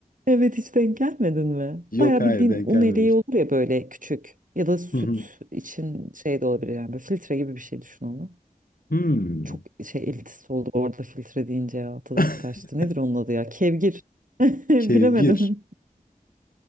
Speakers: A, on the right; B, on the left.
A: Evet hiç denk gelmedin mi?
B: Yok
A: Bayağı
B: hayır
A: bildiğin
B: denk
A: un
B: gelmemiştim.
A: eleği olur ya böyle küçük. Ya da süt
B: Hı hı.
A: için şey de olabilir yani böyle filtre gibi bir şey düşün onu.
B: Hmm.
A: Çok şey elitist oldu orada filtre deyince ya tadım
B: <laughs>
A: kaçtı. Nedir onun adı ya? Kevgir. <laughs> Bilemedim.
B: Kevgir.